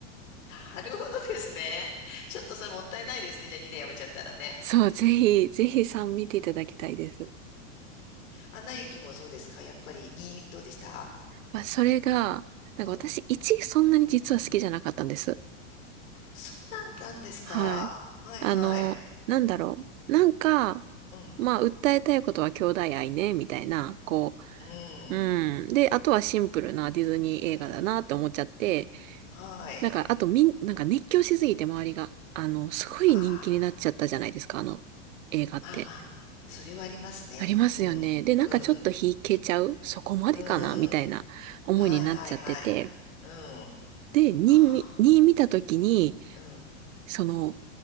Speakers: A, on the left; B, on the right.
A: なるほどですね。<laughs> ちょっとそれもったいないですね。じゃあ2でやめちゃったらね。
B: そう、ぜひ、ぜひ3見ていただきたいです。
A: うん。アナ雪もそうですかやっぱり2、どうでした
B: まあ、それが、なんか私、
A: うん。
B: 1そんなに実は好きじゃなかったんです。
A: そうなんだんですか。
B: はい。
A: はいはい。
B: あの、なんだろう。なんか、
A: うん。
B: まあ、訴えたいことは兄弟愛ね、みたいな、こ
A: う
B: う、
A: ん。
B: うん。で、あとはシンプルなディズニー映画だなって思っちゃって、
A: うん。はい。
B: なんか、あとみん、なんか熱狂しすぎて周りが、あの、すごい人気になっちゃったじゃないですか、
A: ああ、
B: あの、映画って。
A: まあまあ。それはありますね。
B: ありますよね。
A: うん。
B: で、なんかちょっと引けちゃうそこまでかなみたいな思いになっちゃってて。
A: うん。うん。はいはいはい。うん。あ
B: で、2、
A: あ、うん。
B: に見たときに、
A: うん。
B: その、